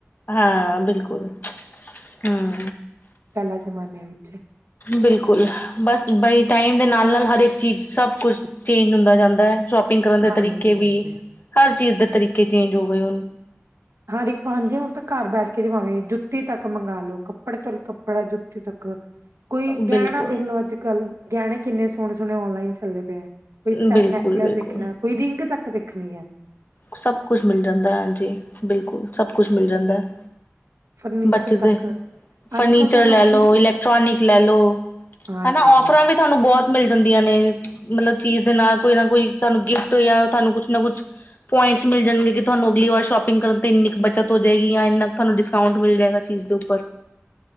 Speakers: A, on the left; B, on the right.
A: ਹਾਂ ਬਿਲਕੁਲ ਹੂੰ,
B: ਪਹਿਲਾਂ ਜ਼ਮਾਨੇ ਵਿੱਚ
A: ਬਿਲਕੁਲ ਬਸ ਬਈ ਟਾਈਮ ਦੇ ਨਾਲ-ਨਾਲ ਹਰੇਕ ਚੀਜ਼ ਸਭ ਕੁਛ ਚੇਂਜ ਹੁੰਦਾ ਜਾਂਦਾ। ਸ਼ੋਪਿੰਗ ਕਰਨ ਦੇ
B: ਹਾਂਜੀ-ਹਾਂਜੀ।
A: ਤਰੀਕੇ ਵੀ ਹਰ ਚੀਜ਼ ਦੇ ਤਰੀਕੇ ਚੇਂਜ ਹੋ ਗਏ ਉਹ
B: ਹਾਂ ਹਾਂਜੀ ਹੁਣ ਤਾਂ ਘਰ ਬੈਠ ਕੇ ਜਮਵੇ ਜੁੱਤੀ ਤੱਕ ਮੰਗਾ ਲਓ ਕੱਪੜ ਕੱਪੜੇ ਤੋਂ ਕੱਪੜਾ ਜੁੱਤੀ ਤੱਕ ਕੋਈ
A: ਬਿਲਕੁਲ
B: ਗਹਿਣਾ ਦੇਖਲੋ ਅੱਜ-ਕੱਲ ਗਹਿਣੇ ਕਿੰਨੇ ਸੋਹਣੇ-ਸੋਹਣੇ ਔਨਲਾਈਨ ਚੱਲੇ ਪਏ ਹੈ ਕੋਈ
A: ਬਿਲਕੁਲ
B: ਨੈਕਲਸ
A: ਬਿਲਕੁਲ
B: ਦੇਖਣਾ ਕੋਈ ਰਿੰਗ ਤੱਕ ਦੇਖਣੀ ਐ।
A: ਸਭ ਕੁਛ ਮਿਲ ਜਾਂਦਾ ਹਾਂਜੀ ਬਿਲਕੁਲ ਸਭ ਕੁਛ ਮਿਲ ਜਾਂਦਾ ਹੈ।
B: ਫਰਨੀਚਰ
A: ਬੱਚੇ ਦੇ
B: ਤੱਕ
A: ਫਰਨੀਚਰ
B: ਅੱਜ ਕੱਲ੍ਹ ਤਾਂ ਲੋਕੀ
A: ਲੈ ਲਓ ਇਲੈਕਟ੍ਰੋਨਿਕ ਲੈ ਲੋ
B: ਹਾਂਜੀ
A: ਹਨਾ ਔਫਰਾਂ ਵੀ ਤੁਹਾਨੂੰ ਬਹੁਤ ਮਿਲ ਜਾਂਦੀਆਂ ਨੇ ਮਤਲਬ ਚੀਜ਼ ਦੇ ਨਾਲ ਕੋਈ ਨਾ ਕੋਈ ਸਾਨੂੰ ਗਿਫਟ ਜਾਂ ਤੁਹਾਨੂੰ ਕੁਛ ਨਾ ਕੁਛ ਪੁਆਇੰਟਸ ਮਿਲ ਜਾਣਗੇ ਕਿ ਤੁਹਾਨੂੰ ਅਗਲੀ ਵਾਰ ਸ਼ੋਪਿੰਗ ਕਰਨ ਤੋਂ ਐਨੀ ਬੱਚਤ ਹੋ ਜਾਏਗੀ ਜਾਂ ਇੰਨਾ ਤੁਹਾਨੂੰ ਡਿਸ ਸਾਊਂਡ ਮਿਲ ਜਾਏਗਾ ਚੀਜ਼ ਦੇ ਉੱਪਰ